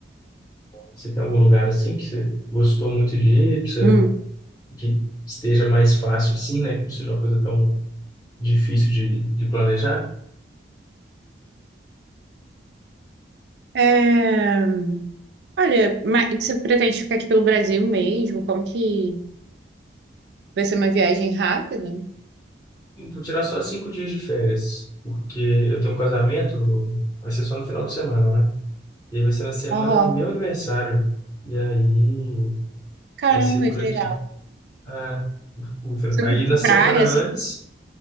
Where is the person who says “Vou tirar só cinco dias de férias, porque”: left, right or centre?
Left